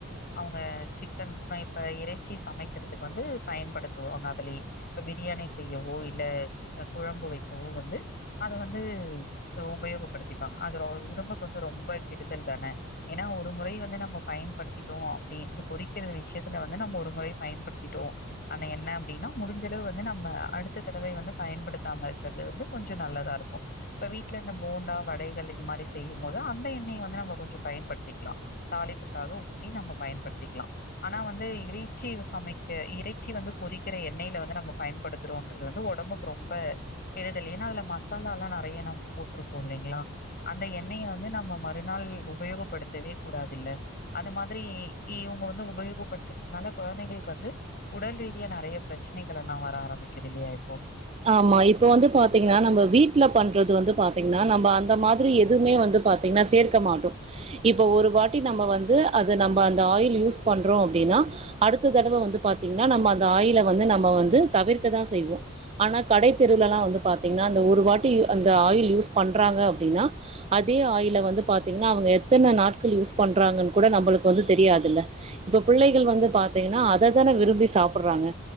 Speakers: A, on the left; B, on the right.
A: அவங்க சிக் கன் ந இப்ப இறைச்சி சமைக்கிறதுக்கு வந்து பயன்படுத்துவாங்க அதுலயே இப்ப பிரியாணி செய்யவோ இல்ல குழம்பு வைக்கவோ வந்து அத வந்து உபயோகப்படுத்திப்பாங்க அது உடம்புக்கு வந்து ரொம்ப கெடுதல் தான ஏனா ஒரு முறை வந்து நம்ப பயன்படுத்திட்டோ அப்டி இந்த பொறிக் பொறிக்கிற விஷயத்துல வந்து நம்ப ஒரு முறை பயன்படுத்திட்டோ அந்த எண்ணெ அப்டினா முடிஞ்சளவு வந்து நம்ம அடுத்த தடவை வந்து பயன்படுத்தாம இருக்கிறது வந்து கொஞ்சோ நல்லதா இருக்கு இப்ப வீட்டுல இருந்த போண்டா வடைகள் இது மாரி செய்யும் போது அந்த எண்ணெய வந்து நம்ம கொஞ்சோ பயன்படுத்திக்லா தாலிப்புக்காக ஊத்தி நம்ப பயன்படுத்திக்லா ஆனா வந்து இறைச்சி சமைக்க இறைச்சி வந்து பொறிக்கிற எண்ணெயில வந்து நம்ம பயன்படுத்துறோம்ன்றது வந்து ஒடம்புக்கு ரொம்ப கெடுதல் ஏன்னா அதுல மசாலா எல்லா நெறய நம்ம போட்ருப்போ இல்லைங்ளா அந்த எண்ணெய வந்து நம்ம ம ஒரு நாள் உபயோகப்படுத்தவே கூடாது இல்ல அது மாதிரி இவங்க வந்து உபயோகப்படுத்துறதனால கொழந்தைங்களுக்கு வந்து உடல் ரீதியா நெறய பிரச்சனைகள் எல்லா வர ஆரம்பிக்குது இல்லையா இப்போ
B: ஆமா இப்ப வந்து பாத்தீங்கன்னா நம்ம வீட்டுல பண்றது வந்து பாத்தீங்ன்னா நம்ப அந்த மாதிரி எதுவுமே வந்து பாத்தீங்ன்னா சேர்க்க மாட்டோ இப்ப ஒரு வாட்டி நம்ம வந்து அத நம்ப அந்த ஆயில் யூஸ் பண்றோ அப்டினா அடுத்த தடவ வந்து பாத்தீங்ன்னா நம்ம அந்த ஆயில வந்து நம்ம வந்து தவிர்க்கதா செய்வோ ஆனா கடை தெருல எலா வந்து பாத்தீங்ன்னா அந்த ஒரு வாட்டி அந்த ஆயில் யூஸ் பண்றாங்க அப்டின்னா அதே ஆயில வந்து பாத்தீங்ன்னா அவங்க எத்தன நாட்கள் யூஸ் பண்றாங்கன் கூட நம்பளுக்கு வந்து தெரியாதுல்ல இப்ப பிள்ளைகள் வந்து பாத்தீங்ன்னா அததான விரும்பி சாப்பிடுறாங்க.